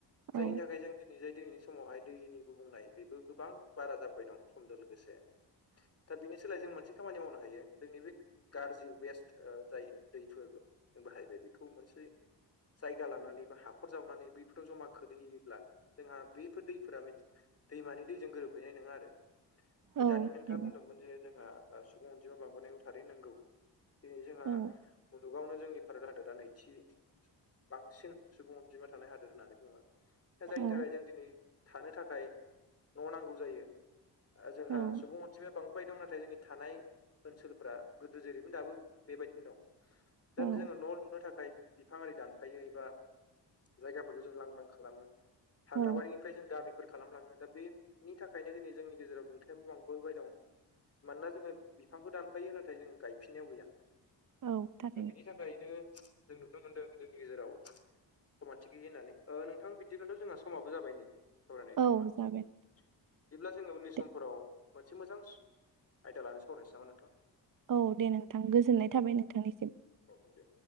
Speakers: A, on the right; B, on the left.
A: औ
B: जायनि थाखाय जों दिनै जाय दिनैनि समावहाय दैनि गुबुंनाय बेबो गोबां बारा जाबाय दं। समजों लोगोसे दा बिनि सोलाय जों मोनसे खामानि मावनो हायो जोंनि बे गाज्रि वेस ओ जाय दैफोर जों बाहायबाय बेखौ मोनसे जायगा लानानै बा हाखर जावनानै बैफोराव ज'मा खोैहैयोब्ला जोंहा बेफोर दैफोरा मि दैमानि दैजों गोरोबहैनाय नोङा आरो। बे
A: औ
B: दानि नोंथाङा
A: थारैनो
B: बुंदोंमोन जे जोंहा ओ सुबुं अनजिमा बांबोनायखौ थारैनो नंगौ। दिनै जोंहा
A: औ
B: ओ जुगावनो जोंनि भारत हादरा नैथि बांसिन सुबुं अनजिमा थानाय हाद फोर होननानै बुङो। दा जायनि
A: औ
B: थाखाय जों दिनै थानो थाखाय न' नांगौ जायो। ओ जोंहा
A: औ
B: सुबुं अनजिमा बांय दं। नाथाय जोंनि थानाय ओनसोलफ्रा गोदो जेरैबो दाबो बेबायदिनो दं।
A: औ
B: दा जोंहा न' लुनो थाखाय बिफां आरि दानफायो एबा जायगाफोरखौ जों लांदां खालामो। हाग्राबारिनिफ्राय
A: औ
B: जों गामिफोर खालामलाङो। दा बे नि थाखायनो दिनै जोंनि गेजेराव दुंथायाबो बांबोबाय दं। मानोना जोङो बिफांखौ दानफायो नाथाय जों गाय फिननायाव गैया
A: औ थारैनो
B: दा बेनि थाखायनो जों नुनो मोनदों जोंनि गेजेराव समानथि गैयि होननानै नोंथां बिदिब्लाथ' जोंहा समाबो जाबाय नै। सावरायनाय
A: औ
B: समा
A: जागोन
B: बिदिब्ला जोङो उननि
A: दे
B: सम फोराव मोनसे मोजां सु आयदा लानो सावरायनोसै नामा नोंथां।
A: औ दे नोंथां गोजोननाय थाबाय नोंथांनिसिम।
B: औ दे।